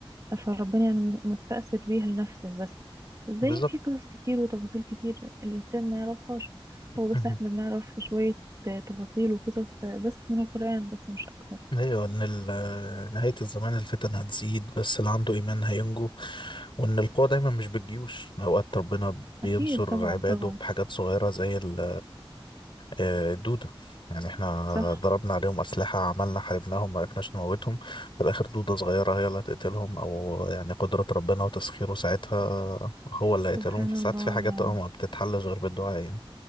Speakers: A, on the right (about 35°); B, on the left (about 60°).
A: فربنا يعني مستأثر بيها لنفسه بس زي
B: بالظبط
A: في قصص كتير وتفاصيل كتير الإنسان ما يعرفهاش هو
B: مهم.
A: بس احنا بنعرف شوية تفاصيل وقصص بس من القرآن بس مش أكتر
B: ايوه ان ال- نهايه الزمان الفتن هتزيد بس اللي عنده ايمان هينجو وان القوه دايما مش بالجيوش اوقات ربنا بينصر
A: أكيد طبعا
B: عباده
A: طبعا
B: بحاجات صغيره زي ال- آه، الدوده يعني احنا
A: صح
B: ضربنا عليهم اسلحه عملنا حاربناهم ما عرفناش نموتهم في الاخر دوده صغيره هي اللي هتقتلهم او يعني قدره ربنا وتسخيره ساعتها هو اللي هيقتلهم
A: سبحان
B: فساعات
A: الله
B: في حاجات
A: يعني
B: اه ما بتتحلش غير بالدعاء يعني